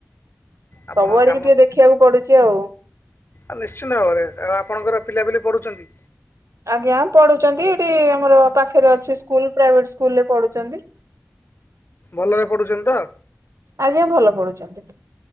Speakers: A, on the left (about 45°); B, on the right (about 80°).
A: ଆପଣ
B: ସବୁଆଡିକି
A: କାମ
B: ଟିକେ ଦେଖିବାକୁ ପଡୁଚି ଆଉ।
A: ଆ ନିଶ୍ଚିନ୍ତ ଭାବରେ କାରଣ ଆପଣଙ୍କର ପିଲାପିଲି ପଢୁଛନ୍ତି?
B: ଆଜ୍ଞା ପଢୁଛନ୍ତି ଏଠି ଆମର ପାଖରେ ଅଛି ସ୍କୁଲ ପ୍ରାଇଭେଟ ସ୍କୁଲରେ ପଢୁଚନ୍ତି।
A: ଭଲରେ ପଢୁଛନ୍ତି ତ?
B: ଆଜ୍ଞା ଭଲ ପଢୁଛନ୍ତି।